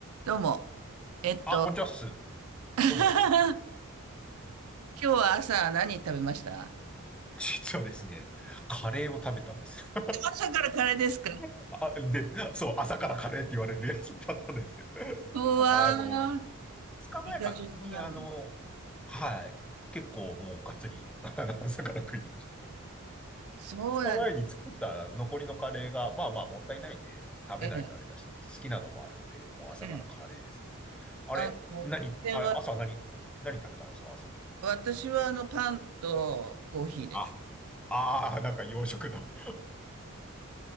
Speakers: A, on the right (about 85°); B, in the centre.
A: どうも。えっと、
B: あ、こんにちはっす。
A: <laughs>
B: どうもっす。
A: 今日は朝何食べました
B: <laughs> 実はですね、カレーを食べたんです。
A: 朝からカレーですか
B: <laughs> あ、で、そう、朝からカレーって言われるやつパターンです。<laughs>
A: うわー、
B: あの、2日前かなに、
A: イカ丈夫なんだ。
B: あの、はい、結構もうがっつり <laughs> 朝から食いました。
A: そうなんで
B: 2日前に作った残りのカレーが、まあまあもったいないんで、食べないとあれだし、
A: すね。
B: 好きなのもあるんで、もう朝からカレーですね。
A: うん
B: あれ、
A: あの、
B: 何、
A: これは、
B: あれ、朝何、何食べたんですか、朝。
A: 私はあのパンとコーヒーです。
B: あ、ああ、なんか洋食だ。